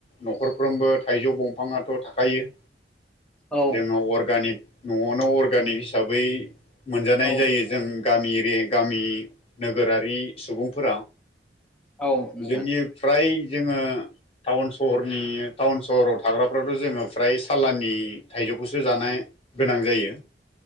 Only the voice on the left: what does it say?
न'खरफ्रोमबो थाइजौ बंफाङाथ' थाखायो
जोङो अर्गानिक न'आवनो अर्गानिक हिसाबै मोनजानाय
जायो। जों गामि एरिया गामि नोगोरारि सुबुंफोरा
जोंनि फ्राय जोङो टाउन सहरनि टाउन सहराव थाग्राफ्राथ' जोङो फ्राय सालानि थाइजौखौसो जानाय गोनां जायो।